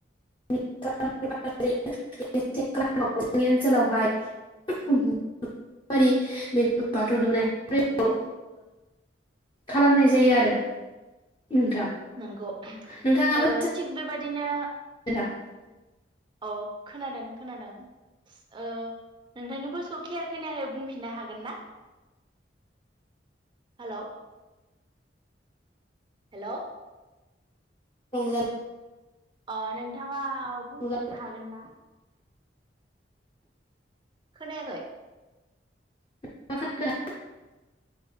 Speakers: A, on the left (about 25°); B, on the right (about 25°).
A: <unintelligible> जोंनि ओनसोलावहाय बाथौ दुमनाय ओ। खालामनाय जायो आरो। नोंथां
B: नंगौ
A: नोंथाङाबो
B: ओ थिग बे बाय बिदिनो।
A: <inaudible>
B: अ खोनादों खोनादों ओ नोंथांनि बइसखौ क्लियार खोनायाखै बुंफिननो हागोन ना हेल' हेल'।
A: <unintelligible>
B: अ नोंथाङा बुंफिनो
A: नोंथां
B: हागोन ना? खोनायाखै?
A: <unintelligible>